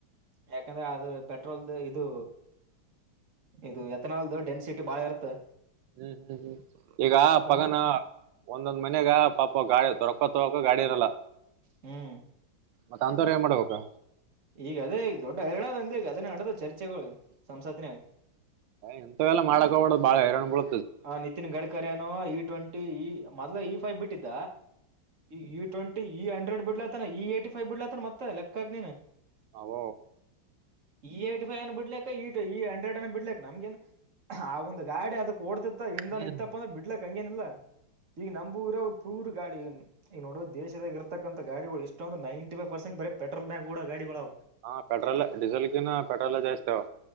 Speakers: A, on the right; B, on the right.
A: ಯಾಕಂದ್ರೆ ಆದದ್ರ ಪೆಟ್ರೋಲ್ದ ಇದು ಇದು ಎಥನಾಲ್ದು ಡೆನ್ಸಿಟಿ ಬಾಳ ಇರುತ್ತೆ
B: ಹ್ಮ್ ಹ್ಮ್ ಹ್ಮ್ ಈಗ ಪಗನ
A: ಒಂದು
B: ಒಂದೊಂದ್ ಮನಾಗ ಪಾಪ ಗಾಡಿ ತರಕೊ ತೊಗೋಕ ಗಾಡಿ ಇರಲ್ಲ
A: ಹ್ಮ್
B: ಮತ್ತೆ ಅಂತಥರ ಏ ಮಾಡ್ಬೇಕಾ
A: ಈಗ ಅದೇ ಈಗ ದೊಡ್ಡ ಹರಡ ಅಂದಗ ಅದನ್ನ ನಡದ ಚರ್ಚೆಗಳು ಸಂಸತ್ತಿನಾಗ
B: ಎಂತ ಎಲ್ಲ ಮಾಡಕ ಹಬಡ್ದ್ ಬಾಳ ಹರ್ ಬಳ
A: ಹ ನಿತಿನ್ ಗಡ್ಕರಿನೋ ಇ ಟ್ವೆಂಟಿ ಈ ಮೊದ್ಲ ಇ ಫೈವ್ ಬಿಟ್ಟಿದ್ದ ಈ ಈ ಟ್ವೆಂಟಿ ಈ ಅಂಡ್ರೆಡ್ ಬಿಡ್ಲತನ ಈ ಏಯ್ಟಿ ಫೈ್ ಬಿಡ್ಲತನ ಮತ್ತೆ ಲೆಕ್ಕಕ ನೀ
B: ಹವ
A: ಈ ಏ್ಟಿ ಫೈವ ಅನ್ನು ಬಿಡ್ಲಕ್ಕ ಈ ಟ ಈ ಅಂಡ್ರಾಯಡ್ ಅನ್ನು ಬಿಡ್ಲಿ ನಮ್ಗೆನ್ ಆ ಒಂದು ಗಾಡಿ ಅದ ಓಡುಡ್ತಿತ್ತ ಇಂಡ್ದ
B: ಹ್ಮ್
A: ನಿತ್ತಪ್ಪ ಅಂದ್ರ ಬಿಡ್ಲಕ್ ಹಂಗನಿಲ್ಲಾ ಈಗ ನಮ್ೂಊರೋ ಪೂರ್ ಗಾಡಿ ಈಗ ನೋಡೋ ದೇಶದಾಗ ಇರ್ತಕ್ಕಂತ ಗಾಡಿಗಳು ಇಷ್ಟೊಂದು ನೈಂಟಿ ಫೈವ್ ಪರ್ಸೆಂಟ್ ಬೇರೆ ಪೆಟ್ರೋಲ್ ಬ್ಯಾಂಕ್ ಗಾಡಿಗಳು
B: ಹಾ ಪೆಟ್ರೋಲ್ ಡೀಸೆಲ್ ಕಿನ್ನ ಪೆಟ್ರೋಲ್ ಜಸ್ತೇಾವ